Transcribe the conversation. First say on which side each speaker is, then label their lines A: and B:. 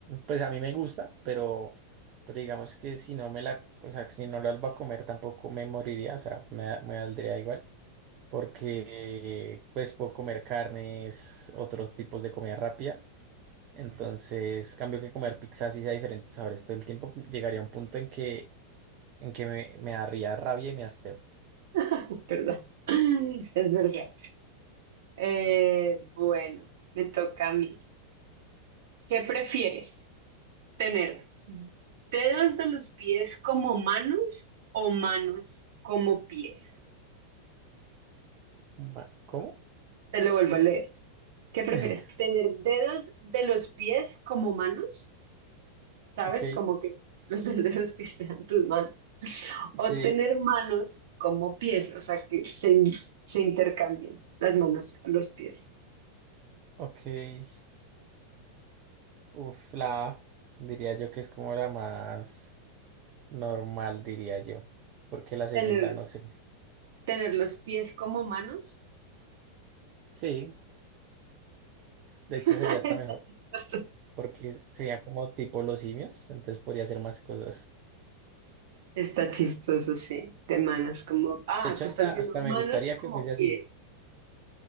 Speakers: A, on the right (about 40°); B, on the right (about 55°).
A: pues a mí me gusta, pero, pero digamos que si no me la, o sea, que si no la albo a comer tampoco me moriría, o sea, me, da- me valdría igual, porque pues puedo comer carnes, otros tipos de comida rápida, entonces cambio que comer pizzas y sea diferentes sabores todo el tiempo, llegaría a un punto en que, en que me, me daría rabia y me hasteo.
B: <laughs> Es verdad. <laughs> Es verdad. Eh, bueno, me toca a mí. ¿Qué prefieres? Tener dedos de los pies como manos o manos como pies.
A: Va- ¿Cómo?
B: Te lo vuelvo a leer. ¿Qué prefieres?
A: <laughs>
B: ¿Tener dedos de los pies como manos? ¿Sabes?
A: Ok,
B: Como que los <laughs> dedos de los pies sean tus manos.
A: sí,
B: O tener manos como pies, o sea, que se, in- se intercambien las manos a los pies.
A: ok, uf, la A, diría yo que es como la más... normal, diría yo, porque la segunda
B: Tener,
A: no sé.
B: tener los pies como manos.
A: Sí, de
B: <laughs>
A: hecho
B: Está
A: sería hasta mejor,
B: chistoso.
A: porque sería como tipo los simios, entonces podría hacer más cosas.
B: Está chistoso, sí, de manos como... Ah,
A: De hecho,
B: tú
A: hasta,
B: estás diciendo
A: hasta
B: manos
A: me gustaría
B: como
A: que fuese
B: pies.
A: así,